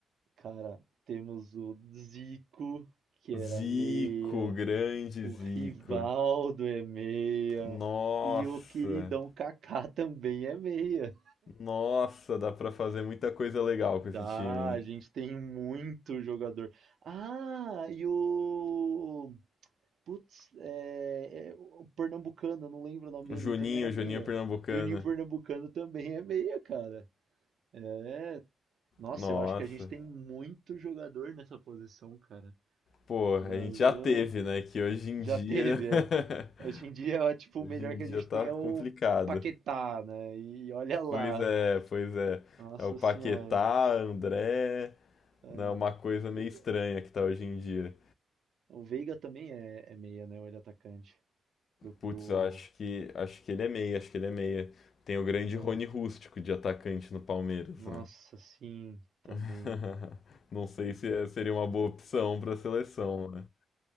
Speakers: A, on the right (about 65°); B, on the left (about 50°).
A: cara, temos o Zico, que era
B: Zico,
A: meia.
B: grande
A: O
B: Zico.
A: Rivaldo é meia.
B: Nossa,
A: E o queridão Kaká também é meia.
B: nossa, dá pra fazer muita coisa legal com
A: Dá,
B: esse time,
A: a
B: hein?
A: gente tem muito jogador. Ah, e o. Putz, é, é o Pernambucano, eu não lembro o nome
B: O
A: dele,
B: Juninho,
A: ele também era
B: o
A: meia.
B: Juninho Pernambucano.
A: Juninho Pernambucano também é meia, cara. É. Nossa,
B: Nossa,
A: eu acho que a gente tem muito jogador nessa posição, cara.
B: pô, a
A: O Brasil.
B: gente já teve, né? Que hoje em
A: Já
B: dia.
A: teve,
B: <laughs>
A: é. Hoje em dia, ó, tipo,
B: Hoje
A: o melhor
B: em
A: que
B: dia
A: a gente
B: tá
A: tem é
B: complicado.
A: o Paquetá, né? E olha lá.
B: Pois é, pois é.
A: Nossa
B: É o Paquetá,
A: senhora.
B: André.
A: É.
B: É uma coisa
A: O
B: meio estranha que tá hoje em dia.
A: o Veiga também é, é meia, né? Ou ele é atacante do,
B: Putz,
A: do,
B: eu acho que acho que ele é meia, acho que ele é meia. Tem o grande
A: né?
B: Rony Rústico de atacante no Palmeiras,
A: Nossa,
B: né?
A: sim, também.
B: <laughs> Não sei se é- seria uma boa opção para seleção, né?